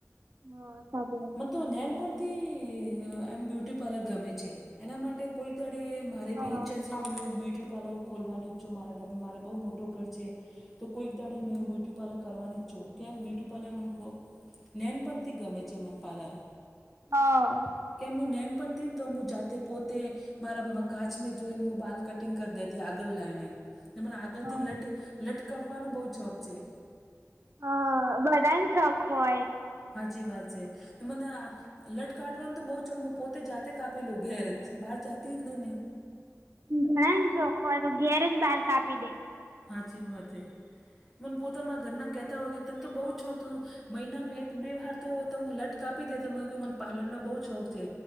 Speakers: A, on the right; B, in the centre.
A: હ સાબ
B: મને તો નનેનપણથી એમ બ્યુટી પાર્લર ગમે છે એના માટે કોઈ દડે મારે
A: હા
B: બી ઈચ્છા છે કે મેં બ્યુટી પાર્લર ખોલવાનું જો મારા ઘર મારે બહુ મોટો ઘર છે તો કોઈક દાડાે મેં બ્યુટી પાર્લર કરવાની જ છો કે્યા બ્યુટી પાર્લર મ ખૂબ ન્ઞણપ પણ તી ગમે છે મ પાર્લર
A: હા
B: કે હું ન પણ થ ને તો હું જાતે પોતે મારા કાચ મે જોઈને હું બાલ કટિંગ કરી દેતી આગળ લઈને ને મને આગળથી
A: હા
B: લટ લટકાવવાનો બહ ચોક છે.
A: હ બધાને શોખ હોય
B: હાજી વાત છે મને લટકાાઢવાનું તો બહઉ ચકમું પોતે જાતે કાપેલું ઘેર જ બહાર જાતી જ નહી ને
A: ઘણા ને શોખો હોય તો ઘેર જ બાલ કાપી દે
B: સાાચી વાત હ મને પોતામાં ઘરના કહેતા હોય કે તને તો બહુ છોક મહિનામાં એક બે વાર તોું લટક આપી દે તો મે મને પાલનનોો બહુ શોખ છે.